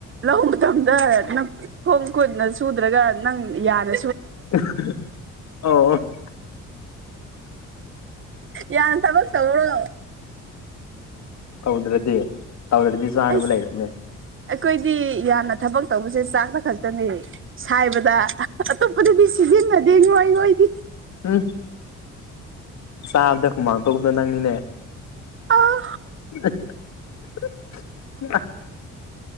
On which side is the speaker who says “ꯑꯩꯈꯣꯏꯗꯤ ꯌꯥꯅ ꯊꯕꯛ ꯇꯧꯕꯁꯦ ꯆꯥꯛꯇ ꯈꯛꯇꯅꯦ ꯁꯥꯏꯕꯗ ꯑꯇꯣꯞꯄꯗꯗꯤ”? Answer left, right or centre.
Right